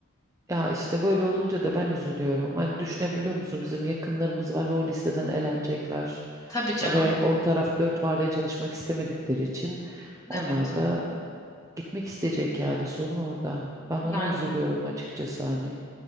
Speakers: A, on the right; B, on the left.
A: Ya işte böyle olunca da ben üzülüyorum. Hani düşünebiliyor musun? Bizim yakınlarımız var ve o listeden elenecekler.
B: <laughs> Tabii canım.
A: Ve o taraf dört vardiya çalışmak istemedikleri için
B: Evet.
A: onlar da gitmek isteyecek yani sorun orada. Ben ona
B: Yani
A: üzülüyorum açıkçası hani.